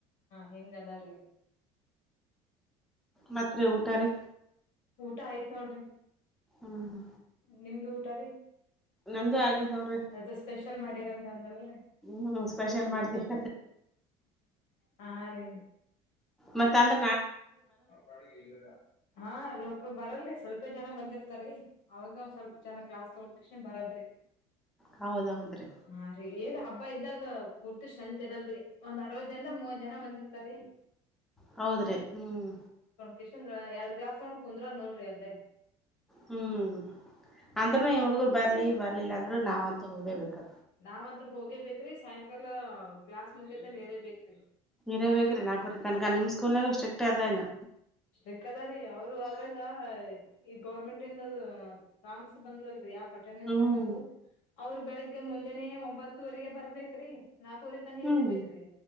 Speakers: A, on the left; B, in the centre.
A: ಹೆಂಗ್ ಅದ ರೀ
B: ಮತ್ ರಿ ಊಟ ರೀ
A: ಊಟ ಆಯ್ತ್ ನೋಡ್ರಿ
B: ಹ್ಮ್
A: ನಿಮ್ದು ಊಟ ರೀ
B: ನಮ್ದು ಆಗ್ಯದ ನೋಡ್ರಿ
A: ಅದು ಸ್ಪೆಷಲ್ ಮಾಡಿರಂದ್ ಅಂದಲ್ರಿ
B: ಹ್ಮ್ ಸ್ಪೆಷಲ್ ಮಾಡ್ತೀವಿ
A: ಹಾ ರಿ
B: ಮತ್ ಅಂದ್
A: <inaudible> ಹಾ ಲೋಕ ಬರಲ್ ರೀ ಸ್ವಲ್ಪ ಜನ ಬಂದಿರ್ತಾರಿ ಅವಾಗ ಸ್ವಲ್ಪ ಜನ ಕ್ಲಾಸ್ ತಗೊ ಕ್ಷಣ ಬರದ್ರಿ
B: ಹೌದ್ ಹೌದ್ರಿ
A: ಹಾ ರೀ ಏನ್ ಹಬ್ಬ ಇದ್ದಾಗ ಪೂರ್ತಿ ಸಂತ್ ಇರಲ್ರಿ ಒಂದ್ ಅರವತ್ ಜನ್ದಾಗ ಮೂವತ್ ಜನ ಬಂದಿರ್ ತರಿ
B: ಹೌದ್ರಿ ಹ್ಮ್
A: ಕಶಂದ್ರ ಎರಡ್ ಕ್ಲಾಸ್ ನೋ ಕುಂದ್ರ ಅ ನೋಡ್ರಿ ಅಲ್ಲೇ
B: ಹ್ಮ್ ಅಂದ್ರೂನು ಇ ಹುಡಗುರ ಬರ್ಲಿ ಬರ್ಲಿಲ್ಲ ಅಂದ್ರರು ನಾವ್ಂತ ತಲೇಬೇಕಾ
A: ನಾವಂತ್ರು ಹೋಗೇಬೇಕ್ರಿ ಸಾಯಂಕಾಲ ಕ್ಲಾಸ್ ಮುಗತ ಹೇರೇ ಬೇಕ್ರಿ
B: ನೀರೇ ಬೇಕ್ ರಿ ನಾಕುವರಿ ತನ್ಕ ನಿಮ್ ಸ್ಕೂಲ್ನಾಗ ಅಷ್ಟೆಕ್ ಅದಾಏನ
A: ಸ್ಟಿಕ್ ಅದಾರಿ ಅವರು ಅದ್ರಾಗ ಈ ಗೌರ್ಮೆಂಟ್ ಇಂದ ಕಾಮ್ಸ್ ಬಂದದಲ್ರಿ ಯಾಪ ಅಟೆಂಡೆನ್ಸ್
B: ಹ್ಮ್
A: ಹಾಕದು ಅವ್ರು ಬೆಳಿಗ್ಗೆ ಮುಂಜಾನೇ ಒಂಬತ್ತುವರೆಗೆ ಬರ್ಬೇಕ್ರೀ ನಾಲ್ಕೂರಿತನೀ
B: ಹ್ಮ್
A: ಇರೇ ಬೇಕ್ರಿ